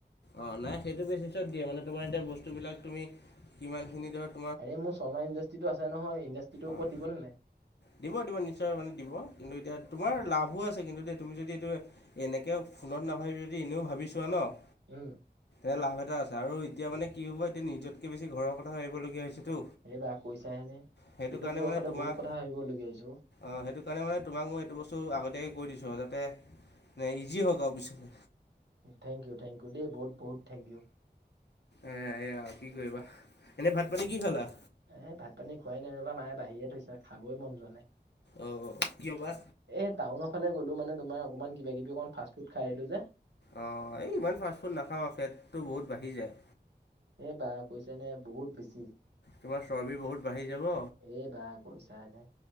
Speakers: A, on the left; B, on the right.
A: অঁ নাই সেইটো বেচিছত দিয়ে মানে তোমাৰ এতিয়া বস্তুবিলাক তুমি কিমানখিনি দত-
B: আৰে মোৰ শৰ্মা ইণ্ডাষ্ট্ৰিটো আছে নহয় ইণ্ডাষ্ট্ৰিটোৰ
A: অ',
B: ওপৰত দিবনে নাই?
A: দিব দিব নিশ্চয় মানে দিব, কিন্তু এতিয়া তোমাৰ লাভো আছে কিন্তু দেই তুমি যদি এইটোৱে- এনেকে ফোনত নাভাবি যদি এনেও ভাবিছোঁৱা ন, -
B: উম'।
A: এ লাভ এটা আছে আৰু এতিয়া মানে কি হ'ব এতিয়া নিজতকে বেছি ঘৰ কথা ভাবিবলগীয়া হৈছেতো।
B: এইবা কৈছাহেনে
A: সেইটো
B: এইটো
A: কাৰণে
B: বয়সতে
A: মানে তোমাৰ
B: বহুত কথা ভাবিবলগীয়া হৈছে অ'।
A: অঁ', সেইটো কাৰণে মানে তোমাক মই এইটো বস্তু আগতীয়াকে কৈ দিছোঁ আও যাতে- ইজি হওঁক আও পিছলে।
B: থেংক ইউ, থেংক ইউ দেই, বহুত-বহুত থেংক ইউ।
A: এ' এ' এয়া কি কৰিবা, এনেই ভাত-পানী কি খালা?
B: এ' ভাত-পানী খোৱাই নাই ৰ'বা মায়ে বাহিয়ে থৈছে খাবই মন যোৱা নাই।
A: অ', -অ', কিয় বা'?
B: এ' টাউন ফালে গ'লো মানে তোমাৰ অকণমান কিবা-কিবি অকণ ফাষ্টফুড খাই আহিলোঁ যে।
A: অঁ', এই ইমান ফাষ্ট ফুড নাখাওঁ আঁও পেটটো বহুত বাঢ়ি যায়।
B: এ' বা' কৈছা নে বহুত বেছি।
A: তোমাৰ চৰ্বি বহুত বাঢ়ি যাব।
B: এই বা' কৈছা হেনে,